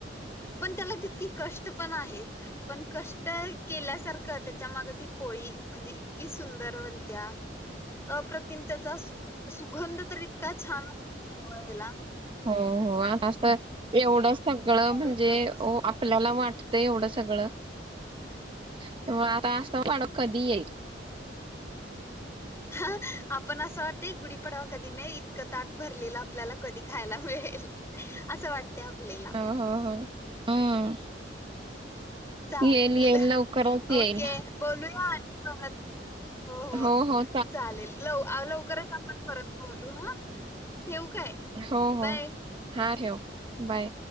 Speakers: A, on the left (about 15°); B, on the right (about 30°).
A: पण त्याला तितकी कष्ट पण आहेत, पण कष्ट केल्यासारखं त्याच्या मागं ती पोळी म्हणजे इतकी सुंदर बनत्या, अप्रतिम त्याचा सु सुगंध तर इतका छान सुरवातीला
B: हो हो असतय एवढंच तर कडं
A: विचारूच
B: म्हणजे
A: नकोस.
B: ओ आपलं त्याला वाटतंय एवढं सगळं तेव्हा आता असलं वाडं कधी येईल?
A: हा आपण असं वाटतय गुढीपाडावा कधी नाही इतकं ताट भरलेलं आपल्याला कधी खायला मिळेल असं वाटते आपलेला.
B: हो हो हो. हम्म.
A: चालतील
B: येईल येईल लवकरच येईल
A: ओके बोलूया आणि परत हो-हो
B: हो हो
A: चालेल लव-लव खरंच आपण परत बोलू हां ठेऊ काय
B: हो हो
A: बाय.
B: हा ठेव बाय